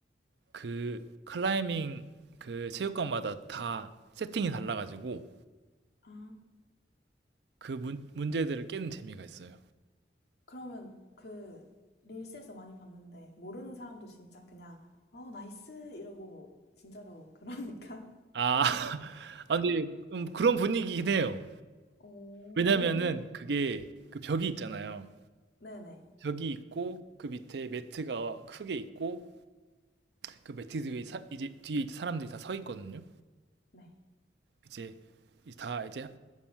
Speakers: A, on the right (about 70°); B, on the left (about 65°).
A: 그 클라이밍 그 체육관마다 다 세팅이 달라가지고
B: 아,
A: 그 문, 문제들을 깨는 재미가 있어요.
B: 그러면 그 릴스에서 많이 봤는데 모르는 사람도 진짜 그냥 어 나이스 이러고 진짜로 그러니까.
A: 아, <laughs> 아 근데 음, 그런 분위기긴 해요.
B: <laughs> 오.
A: 왜냐면은 음. 그게 그 벽이 있잖아요.
B: 네네.
A: 벽이 있고 그 밑에 매트가 크게 있고 그 매트 뒤에 사, 이제 뒤에 이제 사람들이 다 서 있거든요.
B: 네.
A: 이제 이제 다 이제